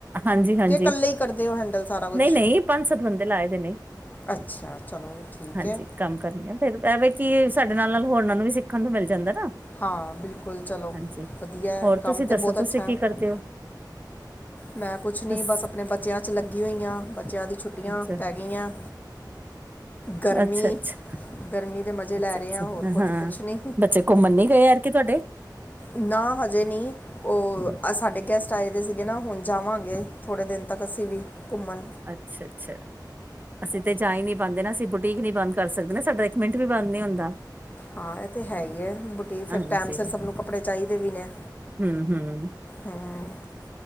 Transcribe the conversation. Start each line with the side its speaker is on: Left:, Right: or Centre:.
Right: ਹਾਂਜੀ ਹਾਂਜੀ
Left: ਕਿ ਕੱਲੇ ਹੀ ਕਰਦੇ ਹੋ ਹੈਂਡਲ ਸਾਰਾ ਕੁਛ
Right: ਨਹੀਂ ਨਹੀਂ ਪੰਜ ਸੱਤ ਬੰਦੇ ਲਾਏ ਦੇ ਨੇ
Left: ਅੱਛਾ ਚਲੋ। ਠੀਕ
Right: ਹਾਂਜੀ
Left: ਹੈ
Right: ਕੰਮ ਕਰਦੀਆਂ ਫੇਰ ਕਿ ਸਾਡੇ ਨਾਲ ਨਾਲ ਹੋਰਨਾਂ ਨੂੰ ਵੀ ਸਿੱਖਣ ਨੂੰ ਮਿਲ ਜਾਂਦਾ। ਨਾ
Left: ਹਾਂ ਬਿਲਕੁਲ ਚਲੋ
Right: ਹਾਂਜੀ
Left: ਵਧੀਆ ਹੈ
Right: ਹੋਰ
Left: ਕੰਮ
Right: ਤੁਸੀਂ
Left: ਤੇ
Right: ਦੱਸੋ
Left: ਬਹੁਤ
Right: ਤੁਸੀਂ
Left: ਅੱਛਾ
Right: ਕੀ
Left: ਏ।
Right: ਕਰਦੇ ਹੋ
Left: ਮੈਂ ਕੁੱਛ ਨੀ
Right: ਤੁਸ
Left: ਬਸ ਆਪਣੇ ਬੱਚਿਆਂ 'ਚ ਲੱਗੀ ਹੋਈ ਹਾਂ। ਬੱਚਿਆਂ ਦੀ ਛੁੱਟੀਆਂ
Right: ਅੱਛਾ
Left: ਪੈ ਗਈਆਂ। ਗਰਮੀ
Right: ਅੱਛਾ ਅੱਛਾ
Left: ਗਰਮੀ ਦੇ ਮਜੇ
Right: ਅੱਛਾ
Left: ਲੈ ਰਹੇ
Right: ਅੱਛਾ
Left: ਆ ਹੋਰ ਕੁਤ
Right: ਹਾਂ
Left: ਕੁਛ ਨੀ।
Right: ਬੱਚੇ ਘੁੰਮਣ ਨੀ ਗਏ ਯਾਰ ਕਿ ਤੁਹਾਡੇ
Left: ਨਾ ਹਜੇ ਨਹੀਂ ਉਹ ਆ ਸਾਡੇ ਗੈਸਟ ਆਏ ਦੇ ਸੀਗੇ ਨਾ ਹੁਣ ਜਾਵਾਂਗੇ ਥੋੜੇ ਦਿਨ ਤੱਕ ਅਸੀਂ ਵੀ ਘੁੰਮਣ
Right: ਅੱਛਾ -ਅੱਛਾ। ਅਸੀਂ ਤੇ ਜਾ ਈ ਨੀ ਪਾਂਦੇ ਨਾ ਅਸੀਂ ਬੁਟੀਕ ਨੀ ਬੰਦ ਕਰ ਸਕਦੇ ਨਾ, ਸਾਡਾ ਇੱਕ ਮਿੰਟ ਵੀ ਬੰਦ ਨੀ ਹੁੰਦਾ।
Left: ਹਾਂ ਇਹ ਤੇ ਹੈ ਈ ਏ ਬੁਟੀਕ ਫਿਰ
Right: ਹਾਂਜੀ
Left: ਟਾਈਮ ਸਿਰ ਸਭ ਨੂੰ ਕੱਪੜੇ ਚਾਹੀਦੇ ਵੀ ਨੇ,
Right: ਹੂੰ-ਹੂੰ।
Left: ਹੂੰ।